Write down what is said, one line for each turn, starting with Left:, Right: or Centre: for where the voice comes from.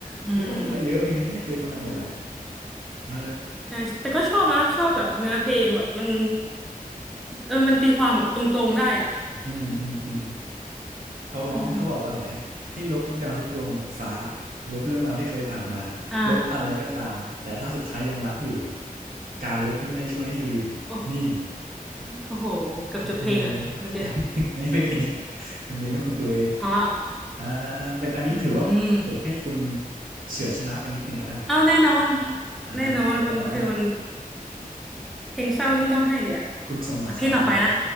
Centre: อืม
Right: ไม่ต้องพูดอะไรเยอะเพลงนี้น่าจะเคยฟังกันหมดแล้วเออ
Centre: ใช่แต่ก็ชอบนะชอบแบบเนื้อเพลงแบบมันเออมันตีความแบบตรงๆได้อ่ะ
Right: อืมอืมอืมเขาร้องเขาบอกว่าอะไรอะให้ลบทุกดาวทุกดวงหมดฟ้า
Centre: อืม
Right: ลบเรื่องราวที่เคยผ่านมา
Centre: อ่ะ
Right: ลบอะไรก็ตามแต่ถ้าสุดท้ายยังรักอยู่การลบไม่ได้ช่วยให้ลืมนี่
Centre: โอ้โอ้โหเกือบจบเพลงอ่ะเมื่อกี้
Right: โอ้โห <laughs> ไม่ไม่เก่งมันเลี้ยงไม่คุกเลย
Centre: อ๋อ
Right: อ่าเป็นอันนี้ถือว่าผมให้คุณ
Centre: อืม
Right: เฉือนชนะไปนิดนึงแล้วกัน
Centre: เอาแน่นอน
Right: อ่าโอเคว่า
Centre: แน่นอนมันคือมัน เพลงเศร้านี่ต้องให้เลยอะ
Right: คุณส่งหมัดสองคุณมาเลย
Centre: อ่ะเพลงต่อไปนะ